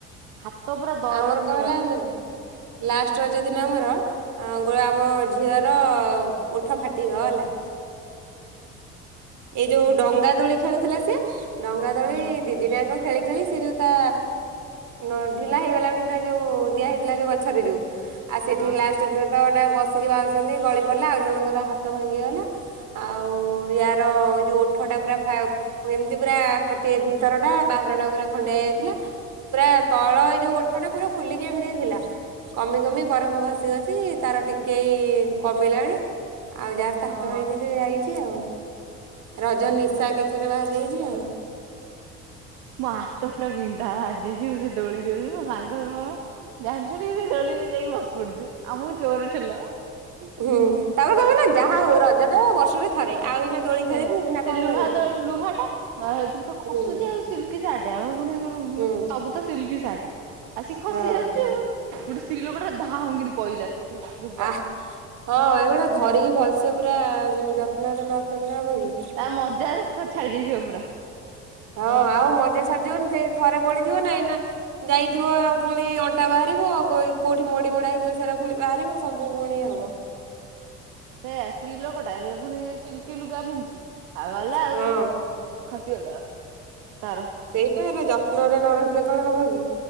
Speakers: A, on the right; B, on the right.
A: ହାତ ପୁରା ଦରଜ
B: ଆମର
A: ହେଇଗଲା।
B: କହେଲା ଜାଣିଛନ୍ତି। ଲାଷ୍ଟେରଜ ଦିିନ ଆମର ଗ ଆମ ଝିଅ ର ଓଠ ଫାଟିଗଲା। ଏଇ ଯୋଉ ଡଙ୍ଗା ଦୋଳି ଖେଳୁଥିଲା ସିଏ ଡଙ୍ଗା ଦୋଳି
A: ଓହୋ
B: ଦି ଦିନଯାଙ୍କ ଖେଳି ଖେଳି ସେ ଯେଉ ତା ନ ଢିଲା ହେଇଗଲାଣି ତା ଯୋଉ ଦିଆ ହେଇଥିଲା ଯୋଉ ଗଛରେ ଯୋଉ ଆଉ ସେଠିକି
A: ଓହୋ
B: ଲାଷ୍ଟ ଦିନ ଗଟା ବସିକି ବାହୁଚନ୍ତି ଗଳି ପଡ଼ିଲା ଆଉ ଜଣଙ୍କର ହାତ ଭାଙ୍ଗିଗଲା ଆଉ ୟା ଯୋଉ ଓଠଟା ପୁରା ଫା ଏମିତି ପୁରା ଫାଟି ଭିତର ଟା ବାହାର ଟା ପୁରା ଖଣ୍ଡିଆ ହେଇଯାଇଥିଲା। ପୁରା ତଳ ଏଇ ଯୋଉ ଓଠ ଟା ପୁରା ଫୁଲିକି ଏମିତି ଥିଲା। କମି କମି ବରଫ ଘଷି ଘଷି ତାର ଟିକେଏଇ କମିଇଲାଣି। ଆଉ ଯାହର ତ ହାତ
A: ଓହୋ
B: ଭାଙ୍ଗିଚି ସେ ଯାଇଚି ଆଉ ରଜ ନିଶା ଏକାଥରେ ବାହାରି ଯାଇଚି ଆଉ।
A: ମୋ ହାତ ପୁରା ବିନ୍ଧା ବାଜିଚି ମୁଁ ସେ ଦୋଳିରେ ଦଉଚି ମୋ ସାଙ୍ଗ ର ମୋର। ଜାଣି ସୁଣିକି ସେ ଦୋଳିରେ ଯାଇକି ବସି ପଡୁଚୁ ଆମକୁ ଜୋରେ ଠେଲ।
B: ହୁଁ, ତାପରେ କଣ ନା ଯାହା ହେଉ ରଜ ଟା ବର୍ଷ ରେ ଥରେ ଆଉ ଏଇନା ଦୋଳି
A: ସେଇୟା
B: ଖେଳିବୁ ନା
A: ସେ
B: କଣ
A: ଲୁହା
B: କରିବୁ।
A: ଲୁହାଟା ଏଥିର ତ
B: ହୁଁ
A: ଖସୁଛି ଆଉ ସିଲକି ସାର୍ଟ ଆମର ପୁଣି କଣ
B: ହୁଁ
A: ସବୁ ତ ସିଲକି ସାଟେ ଆ ସିଏ ଖସି
B: ହଁ।
A: ଯାଉଛି ଆଉ। ଗୋଟେ ସ୍ତ୍ରୀ ଲୋକଟାର ଧାଉଁ କିନି ପଇଲା। <unintelligible>
B: ଆ ହଁ ଏଗୁଟେ ଧରିକି ଭଲସେ ପୁରା ଯତ୍ନରେ ନ ଫେରିଲେ ହବ କି।
A: ତା ମଜା ଛାଡି ଯାଇଥିବ ପୁରା।
B: ହଁ ଆଉ ମଜା ଛାଡିଜିବନି ସେଇ ଥରେ ପଡିଥିବ ନା ଏ ନା। ଯାଇଥିବ ପୁଣି ଅଣ୍ଟା ବାହାରିବ କୋଉଠି ମଡି ମଡା ହେଇଥିବ ସେରା ପୁଣି ବାହାରିବ ସବୁ ପୁଣି ହବ।
A: ସେଇୟା ସ୍ତ୍ରୀ ଲୋକଟା ପୁଣି ସିଲକି ଲୁଗା ପିନ୍ଧିଚି ଆଉ ଗଲା ଆଉ।
B: ହଁ
A: ଖସିଗଲା ତାର।
B: ସେଇପା ଏରା ଯତ୍ନରେ ନ ରଖିଲେ କଣ ହବ କି?